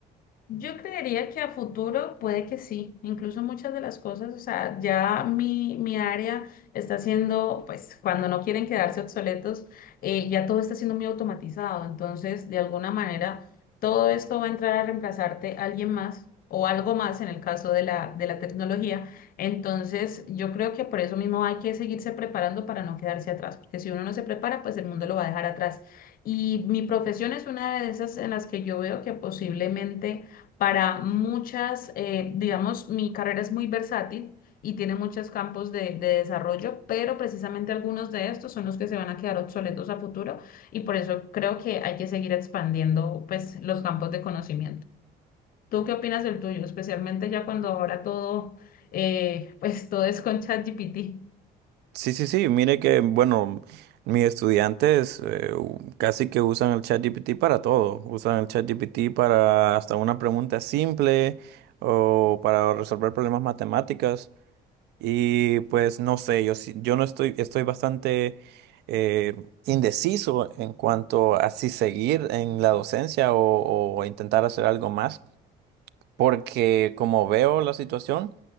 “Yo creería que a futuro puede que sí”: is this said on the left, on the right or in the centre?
Left